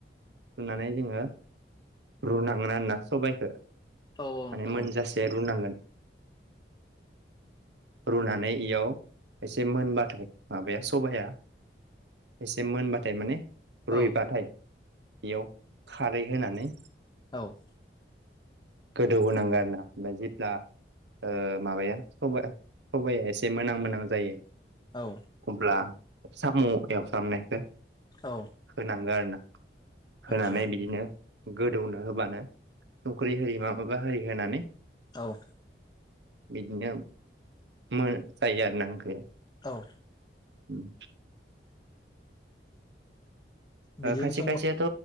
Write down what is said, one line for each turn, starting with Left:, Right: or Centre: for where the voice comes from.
Right: सुनानै जोङो रुनांगोन आरोना सबाइखौ
Left: औ औ
Right: माने
Left: नोंथां
Right: मोनजासे रुनांगोन। रुनानै इयाव एसे मोनबाथाय माबाया सबाया एसे मोनबाथाय माने रुइबाथाय
Left: औ
Right: बेयाव खारै होनानै
Left: औ।
Right: गोदौ होनांगौ आरोना। ओमफ्राय जेब्ला ओ माबाया सबाया सबाया एसे मोनहां मोनहां जायो
Left: औ।
Right: अब्ला साम' एवफ्रामनायखौ
Left: औ
Right: होनांगो आरोना। होनानै
Left: आदसा
Right: बिदिनो गोदौनो होबानो संख्रि आरि मा माबा आरि होनानै
Left: औ।
Right: बिदिनो मो जायो आरोना ओंख्रिया।
Left: औ।
Right: <inaudible>
Left: बिदिनो
Right: ओ खायसे
Left: सङो
Right: खायसेयाथ'
Left: औ